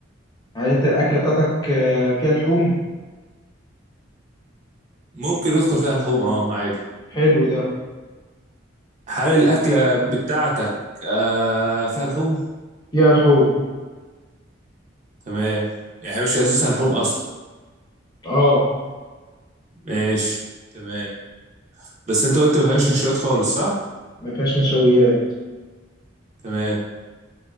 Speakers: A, on the left; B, on the right.
A: يعني انت الأكلة بتاعتك آه، فيها لحوم
B: ممكن يدخل فيها لحوم اه عادي
A: حلو ده
B: هل الاكله بتاعتك آه فيها لحوم
A: فيها لحوم
B: تمام يعني هي مش اساسها لحوم اصلا
A: اه
B: ماشي تمام بس انت قلت ما فيهاش نشويات خالص صح
A: ما فيهاش نشويات
B: تمام